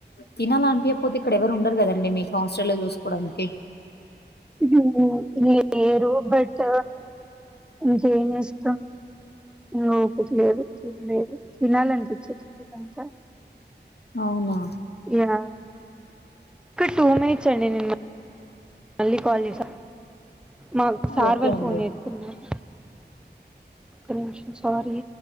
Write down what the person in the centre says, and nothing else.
హు లేరు బట్ ఇంకేం చేస్తాం ను ఓపిక లేదు తినలేదు తినాలనిపించట్లేదంట హు
ఇగ టూ వినేట్స్ అండి నేను మ మళ్ళీ కాల్ చేసాం మాకు సార్
వాళ్ళు
ఫోన్ చేస్తున్నారు ఒక నిమిషం సారీ